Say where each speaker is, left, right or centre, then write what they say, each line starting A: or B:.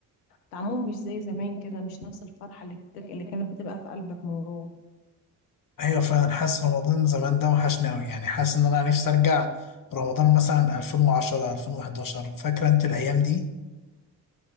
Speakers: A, on the left (about 85°); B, on the left (about 45°).
A: طعمهم مش زي زمان كده مش نفس الفرحة اللي كت- اللي كانت بتبقى في قلبك من جوه
B: ايوه فعلا حاسس رمضان زمان ده وحشني أوي يعني حاسس ان انا نفسي ارجع رمضان مثلا 2010 2011 فاكره انت الايام دي